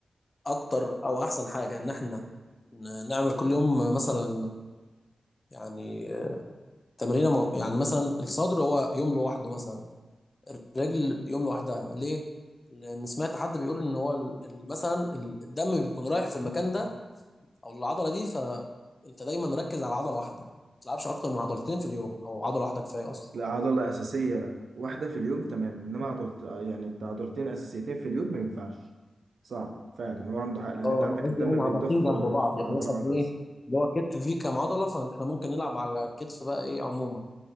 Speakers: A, on the left (about 25°); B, on the right (about 85°).
A: اكتر او احسن حاجه ان احنا ن- نعمل كل يوم مثلا يعني تمرينه مو- يعني مثلا الصدر هو يوم لوحده مثلا رجل يوم لوحدها ليه؟ لأن سمعت حد بيقول إن هو ال- ال- مثلا ال- الدم بيكون رايح في المكان ده أو العضلة دي فأنت دايما ركز على عضلة واحدة ما تلعبش أكتر من عضلتين في اليوم أو عضلة واحدة كفاية أصلا
B: عضلة أساسية واحدة في اليوم تمام إنما عضلة يعني عضلتين أساسيتين في اليوم ما ينفعش صعب فعلا هو عنده حق لأن
A: اه
B: أنت عندك
A: انا قصدي
B: الدم
A: يعني
B: بيتضخ
A: عضلتين جنب بعض
B: في
A: يعني
B: عضلة
A: مثلا
B: واحدة
A: ايه
B: بس
A: اللي هو الكتف فيه كام عضله فاحنا ممكن نلعب على الكتف بقى ايه عموما